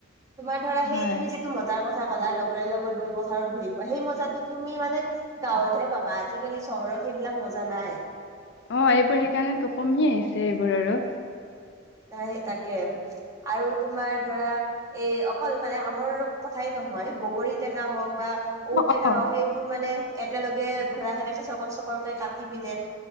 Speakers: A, on the right; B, on the left.
A: তোমাৰ ধৰা সেই
B: হয়
A: তুমি- মজাৰ কথা কলা লগৰীয়াৰ লগত বহি পথাৰত ঘূৰি ফুৰা, সেই মজাটো তুমি মানে- গাঁৱতহে পাবা, আজিকালি চহৰত সেইবিলাক মজা নাই।
B: অঁ এইবোৰ সেইকাৰণেটো কমি আহিছে এইবোৰ আৰু।
A: নাই তাকে আৰু তোমাৰ ধৰা- এ অকল মানে আমৰ কথাই নহয়, বগৰী টেঙা হওঁক বা- ঔটেঙা
B: অ অ
A: হওঁক, সেইবোৰ মানে একেলগে ধৰা সেনেকে চকল চকলকে কাটি পিনে-